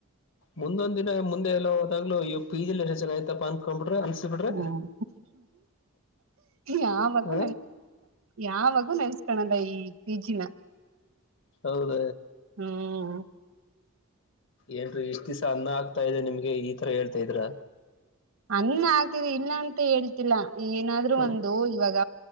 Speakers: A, on the left; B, on the right.
A: ಮುಂದೊಂದ್ ದಿನ ಮುಂದೆ ಎಲ್ಲೋದಾಗ್ಲುೂ ಅಯ್ಯೋ ಪಿ ಜಿಲಿ. ಚೆನ್ನಾಗಿ ಇತಪ್ಪ ಅನ್ಕೊಂಡ್ಬಿಟ್ರಿ ಅನ್ಸಬಿಟ್ರೆ
B: ಹ್ಮ್ ಯಾವಾಗೂ
A: ಹ
B: ಯಾವಾಗೂ ನೆನಸಿಕನಲ್ಲ ಈ ಪಿ ಜಿ ನಾ.
A: ಹೌದ.
B: ಹ್ಮ್
A: ಏನ್ರೀ ಇಷ್ಟ್ ದಿವ್ಸ ಅನ್ನ ಆಗ್ತಾ ಇದೆ ನಿಮ್ಗೆ ಈತರ ಹೇಳ್ತಾಯಿದಿರ.
B: ಅನ್ನಆಗ್ತಿದೆ ಇಲ್ಲ ಅಂತ ಹೇಳ್ತಿಲ್ಲ ಏನಾದ್ರು
A: ಹ್ಮ್
B: ಒಂದು ಇವಾಗ.